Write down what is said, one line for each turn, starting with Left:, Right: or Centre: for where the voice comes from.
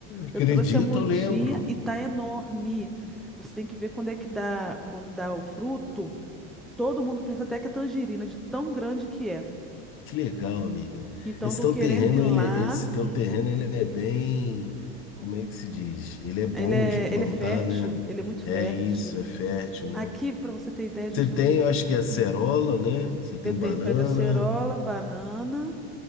Left: Acredito,
Centre: Eu trouxe a mudinha
Left: eu lembro.
Centre: e tá enorme. Você tem que ver quando é que dá, quando dá o fruto. Todo mundo pensa até que é tangerina, de tão grande que é.
Left: Que legal, amiga.
Centre: Então,
Left: Esse
Centre: eu tô
Left: teu
Centre: querendo
Left: terreno,
Centre: ir lá.
Left: ele, esse teu
Centre: Hum,
Left: terreno, ele é bem, como é que se diz? Ele é bom
Centre: ele é,
Left: de plantar,
Centre: ele é fértil,
Left: né?
Centre: ele é muito fértil.
Left: É isso, é fértil, né?
Centre: Aqui, para você ter ideia, a gente
Left: Você
Centre: não
Left: tem,
Centre: precisa.
Left: eu acho que é acerola,
Centre: Hum.
Left: né? Você tem
Centre: Eu tenho
Left: banana.
Centre: pé de acerola, banana.